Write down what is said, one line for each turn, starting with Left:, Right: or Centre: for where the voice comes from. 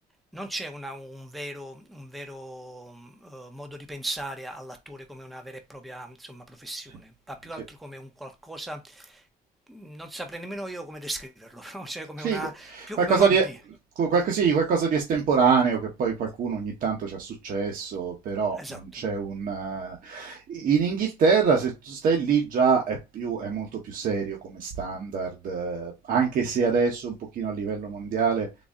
Centre: non c'è una- un vero, un vero, mm, eh, modo di pensare all'attore come una vera e propria, insomma, professione,
Right: Sì.
Centre: ma più altro
Right: eh,
Centre: come un qualcosa non saprei nemmeno io come descriverlo, <laughs> no? Cioè come
Right: Sì,
Centre: una,
Right: qu-
Centre: più
Right: qualcosa
Centre: come un hobby.
Right: di, qu- qualche- sì, qualcosa di estemporaneo che poi qualcuno ogni tanto ci ha successo, però
Centre: Esatto.
Right: non c'è un... eh, In Inghilterra se tu stai lì già è, più- è molto più serio come standard, eh, anche se adesso un pochino a livello mondiale